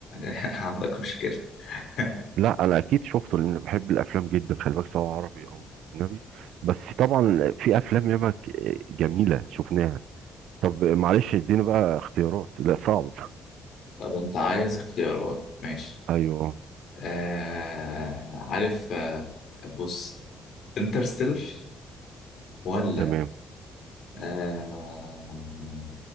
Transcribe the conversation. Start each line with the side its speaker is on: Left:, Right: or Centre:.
Left: <laughs> عندك مشكلة <laughs>
Right: لا أنا أكيد شفته لأن بحب الأفلام جدا خلي بالك سواء عربي أو أجنبي بس طبعا في أفلام ياما ك- جميلة شفناها طب معلش اديني بقى اختيارات لا صعب
Left: طب أنت عايز اختيارات ماشي
Right: <laughs> أيوه
Left: آه عارف آه بص انترستيلر ولا
Right: تمام
Left: آه